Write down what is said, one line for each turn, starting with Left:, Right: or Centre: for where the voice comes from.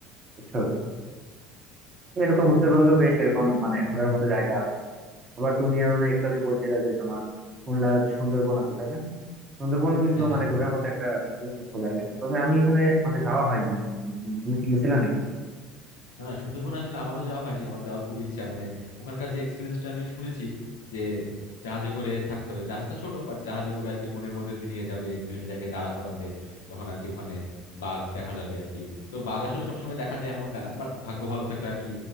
Right: বুঝছো তো এরকম উত্তরবঙ্গ বেশ এরকম মানে ঘোরার মতো জায়গা আবার তুমি মানে একটু আগে বলছিলে যে তোমার খুলনা সুন্দরবন আছে তাই না সুন্দরবন কিন্তু
Left: হ্যাঁ হ্যাঁ
Right: মানে
Left: হ্যাঁ
Right: ঘোরার মতো একটা বিশেষ একটা জায়গা তবে আমি এখানে মানে যাওয়া হয়নি আর কি সুন্দরবন তুমি কি গেছিলে নাকি
Left: না না সুন্দরবনে আসলে আমারও যাওয়া হয়নি আমার যাওয়ার খুব ইচ্ছা মানে ওখানকার যে এক্সপিরিয়েন্সটা আমি শুনেছি যে জাহাজে করে থাকতে হবে জাহাজটা ছোট বাট জাহাজে করে আর কি বনের মধ্যে দিয়ে নিয়ে যাবে বিভিন্ন জায়গায় দাঁড়া করাবে তখন আর কি ওখানে বাঘ দেখা যাবে আর কি তো বাঘ আসলে সবসময় দেখা যায় এমনটা না বাট ভাগ্য ভালো থাকলে আর কি